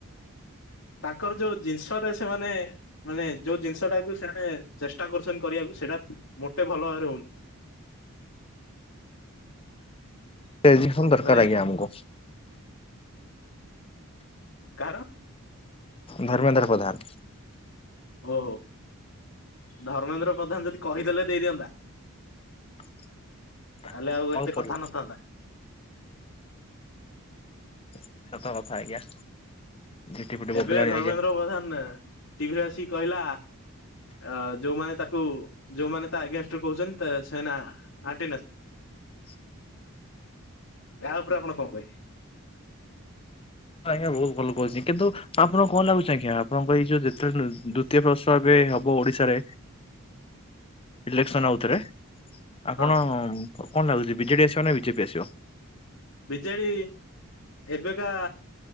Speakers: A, on the left; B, on the left.
A: ତାଙ୍କର ଯୋଉ ଜିନିଷ ରେ ସେମାନେ ମାନେ ଯୋଉ ଜିନିଷ ଟାକୁ ସେମାନେ ଚେଷ୍ଟା କରୁଛନ୍ତି କରିଆକୁ। ସେଇଟା ମୋଟେ ଭଲ ଭାବରେ ହଉନି।
B: ରେଜିଗନେସନ ଦରକାର
A: ମାନେ
B: ଆଜ୍ଞା ଆମକୁ।
A: କାହାର।
B: ଧର୍ମେନ୍ଦ୍ର ପ୍ରଧାନ।
A: ଓହୋ ଧର୍ମେନ୍ଦ୍ର ପ୍ରଧାନ ଯଦି କହିଦେଲେ ଦେଇଦିଅନ୍ତା।
B: <inaudible>
A: ତାହେଲେ ଆଉ
B: ହଉ
A: ଏତେ
B: ପଡିବ
A: କଥା ନଥାନ୍ତା।
B: ସତ କଥା ଆଜ୍ଞା। ଝିଟି ପିଟି ବୋବେଇଲାଣି
A: ଏବେ ଧର୍ମେନ୍ଦ୍ର
B: ଆଜ୍ଞା।
A: ପ୍ରଧାନ ଟିଭିରେ ଆସି କହିଲା। ଅ ଯୋଉମାନେ ତାକୁ ଯୋଉମାନେ ତା ଆଗେନଷ୍ଟ ରେ କହୁଛନ୍ତି ସେମାନେ ଆଣ୍ଟି ନେସ -
B: <inaudible>
A: ୟା ଉପରେ ଆପଣ କଣ କହିବେ।
B: ଆଜ୍ଞା ବହୁତ ଭଲ କହୁଛି କିନ୍ତୁ ଆପଣ ଙ୍କୁ କଣ ଲାଗୁଛି ଆଜ୍ଞା ଆପଣଙ୍କ ଏଇ ଯୋଉ ଯେତେ ବେଳେ ଦ୍ୱିତୀୟ ବର୍ଷ ଏବେ ଏବେ ହବ ଓଡିଶା ରେ ଇଲେକ୍ସନ ଆଉଥରେ। ଆପଣ
A: ହଁ
B: କଣ ଲାଗୁଛି ବିଜେଡି ଆସିବ ନା ବିଜେପି ଆସିବ।
A: ବିଜେଡି ଏବେକା।